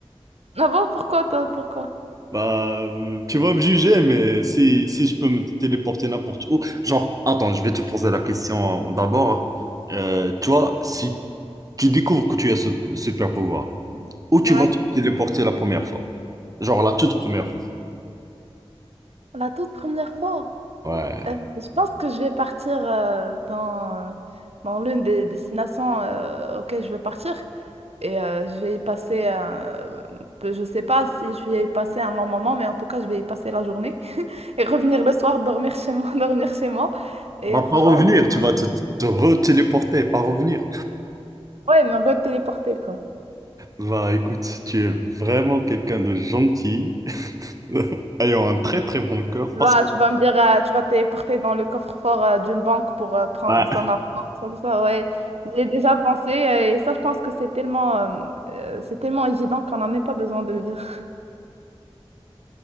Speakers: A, on the right; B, on the right.
A: Ah bon, pourquoi toi, pourquoi?
B: Bah, euh, tu vas me juger, mais si, si je peux me téléporter n'importe où, genre, attends, je vais te poser la question euh, d'abord. hein. Euh, tu vois, si tu découvres que tu as ce super pouvoir, où tu
A: Ouais.
B: vas te téléporter la première fois? Genre la toute première fois.
A: La toute première fois,
B: Ouais.
A: euh, je pense que je vais partir euh, dans, euh, dans l'une des destinations euh, auxquelles je veux partir. Et euh, je vais y passer, euh, peu- je sais pas si je vais y passer un long moment, mais en tout cas, je vais y passer la journée. <laughs> Et revenir le soir, dormir chez moi, <laughs> dormir chez moi. Et
B: Bah,
A: franchement,
B: pas revenir,
A: euh,
B: tu vas te, te re-téléporter, pas revenir.
A: ouais, mais on veut téléporter, quoi.
B: Bah, écoute, tu es vraiment quelqu'un de gentil. <laughs> ayant un très très bon cœur.
A: Tu
B: Parce
A: vas,
B: que,
A: tu vas me dire, euh, tu vas te téléporter dans le coffre-fort euh, d'une banque pour euh, prendre
B: Ouais.
A: son argent. Ça, ça, ça, ouais. J'ai déjà pensé euh, et ça, je pense que c'est tellement, euh, euh, c'est tellement évident qu'on n'en a même pas besoin de le dire. <laughs>